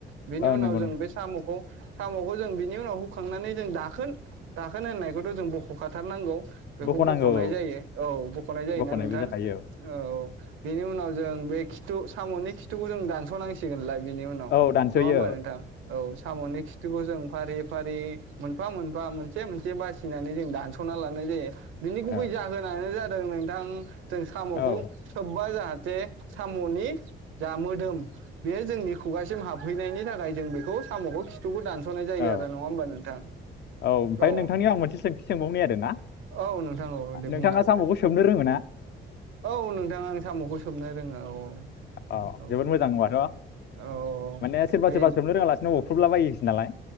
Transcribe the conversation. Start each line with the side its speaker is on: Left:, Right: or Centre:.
Right: बेनि
Left: औ
Right: उनाव
Left: नंगौ
Right: जों
Left: नोंथां
Right: बे साम'खौ- साम'खौ जों बिनि उनाव हुखांनानै जों दाखोन दाखोन होननायखौथ जों बखखाथारनांगौ। बेखौ
Left: बख'नांगौ
Right: बखनाय
Left: औ
Right: जायो औ बखनाय जायोना
Left: बख'नायबो
Right: नोंथां
Left: जाखायो
Right: औ बेनि उनाव जों बे खिथु साम'नि खिथुखौ जों दानस नांसिगोनलाय बेनि उनाव
Left: औ दानस'यो
Right: नङा होमबा नोंथां औ साम'नि खिथुखौ जों फारि फारि मोनफा मोनफा मोनसे मोनसे बासिनानै जों दानसना लानाय जायो। बिनि गुबै
Left: औ
Right: जाहोनानो जाद दों नोंथां - जों साम'खौ
Left: औ
Right: सोब बा जाहाथे सामनि जा मोदोम बेयो जोंनि खुगासिम हाबहैनायनि थाखाय जों बेखौ सामखौ खिथुखौ दानस नाय जायो
Left: औ
Right: आरो नङा होमबा नोंथां
Left: ओमफ्राय
Right: औ
Left: नोंथांनियाव आं मोनसे सोंथि सोंबावनि आरोना
Right: औ नोंथां औ दे
Left: नोंथाङा
Right: बुंनो हागोन
Left: साम'खौ
Right: दे
Left: सोबनो रोङो ना
Right: औ नोंथांं आन मखौ सोमनो रोङो औ।
Left: अ
Right: औ
Left: जोबोद मोजां होमबाथ
Right: औ
Left: माने सोरबा
Right: बे
Left: सोरबा सोबनो रोङालासिनो अब ख्रुबला बायोसो नालाय